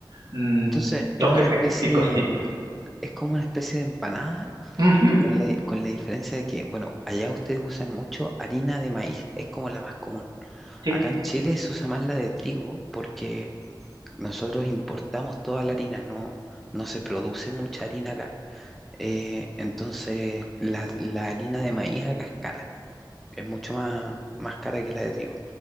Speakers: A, on the right; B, in the centre.
A: mm,
B: Entonces,
A: toque
B: es una
A: pe-
B: especie
A: picosito.
B: de, es como una especie de empanada,
A: Ujú,
B: con la, con la diferencia de que, bueno, allá ustedes usan mucho harina de maíz, es como la más común.
A: sí.
B: Acá en Chile se usa más la de trigo, porque nosotros importamos toda la harina, no, no se produce mucha harina acá. Eh, entonces, la, la harina de maíz acá es cara. es mucho más, más cara que la de trigo.